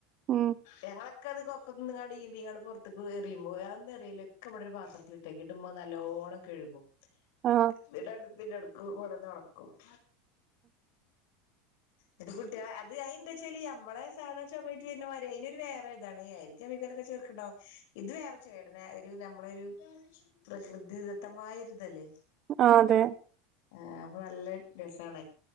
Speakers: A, on the right; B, on the left.
A: ഉം
B: ഞങ്ങള ക്കെ അത് കൊക്കത്ത്ങ്ങട് ഈമ്പി ങാൻട് പുറത്തക്ക് എറിയുമ്പോ അതൊന്ന് എറിയില്ലെക്കെ ബടൊരു പത്രത്തില് ഇട്ടെക്കും ട്ട് മ്മ നല്ലോ <unintelligible> കഴുകും ന്നിട്ട്
A: ആ
B: അടുപ്പിൻ്റടക്ക് കൊടന്ന് ഒണക്കും. <inaudible> ന്നിട്ട് കുട്ടിളെ അത് അയ് എന്താച്ചാല് നമ്മളെ സാധാ ചോക്ലേറ്റ് വരുന്നമാരി അതിനു വേറെതാണ് അയില്ക്ക <unintelligible> ക്ക്ണ്ടാവും ഇത് വേറെ ചേട്ടനാ ഒരു നമ്മള് ഒരു പ്രകൃതിദത്തമായ ഒരു തല്ലേ
A: ആ അതെ
B: ആ അപ്പൊ നല്ല രസാണ